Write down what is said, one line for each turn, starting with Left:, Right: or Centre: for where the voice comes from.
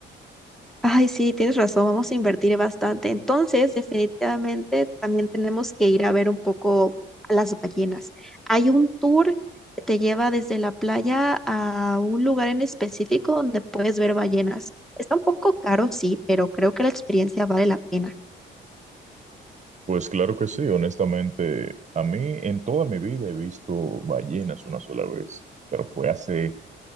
Centre: Ay, sí, tienes razón, vamos a invertir bastante. Entonces, definitivamente también tenemos que ir a ver un poco a las ballenas. Hay un tour que te lleva desde la playa a un lugar en específico donde puedes ver ballenas. Está un poco caro, sí, pero creo que la experiencia vale la pena.
Right: Pues claro que sí, honestamente, a mí en toda mi vida he visto ballenas una sola vez, pero fue hace